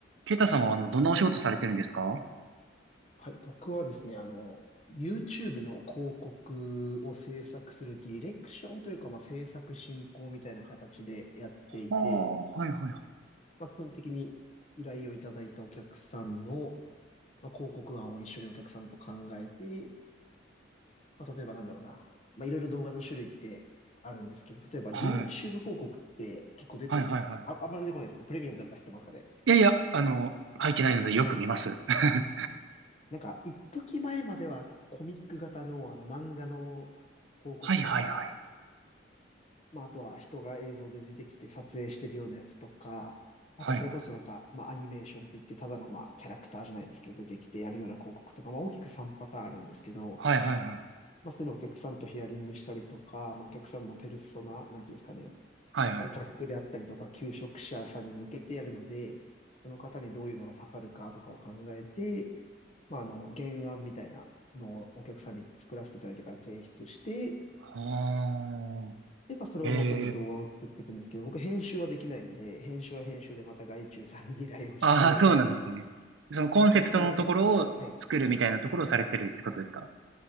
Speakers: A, on the right; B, on the left.
A: ケイタさんは、あの、どんなお仕事されてるんですかは
B: はい、僕はですね、あの、YouTube の広告を制作するディレクションというか、まあ、制作進行みたいな形でやっていて、
A: あ、はいはいはい。
B: まあ、基本的に依頼をいただいたお客さんの、まあ、広告案を一緒にお客さんと考えて、まあ、例えばなんだろうな、まあ、いろいろ動画の種類ってあるんですけど、例えば
A: はい。
B: YouTube 広告って結構出て、
A: はいはいはい。
B: あ、あんまり出てこないですかプレミアムとか入ってますかね
A: いやいや、あの、入ってないのでよく見ます。<laughs>
B: なんか、一時前までは結構コミック型の、あの漫画の広告とか、
A: はいはいはい。
B: まあ、あとは人が映像で出てきて撮影してるようなやつとか、あとはそれこそなんか、
A: はいはい。
B: まあ、アニメーションって言って、ただのまあ、キャラクターじゃないですけど、出てきてやるような広告とか、まあ、大きく3パターンあるんですけど、
A: はいはいはい。
B: まあ、そういうのをお客さんとヒアリングしたりとか、まあ、お客さんのペルソナ、なんていうんですかね、
A: はいはい。
B: 顧客であったりとか、求職者さんに向けてやるので、その方にどういうのが刺さるかとかを考えて、まあ、あの、原案みたいなのをお客さんに作らせていただいてから提出して、
A: はあ。
B: やっぱそれを元に動画を作っていくんですけど、
A: ええ。
B: 僕編集はできないので、編集は編集でまた外注さんに依頼をして、
A: ああ、そうなんですね。そのコンセプトのところを作るみたいなところをされてるってことですか
B: で、コミックだったら、はい、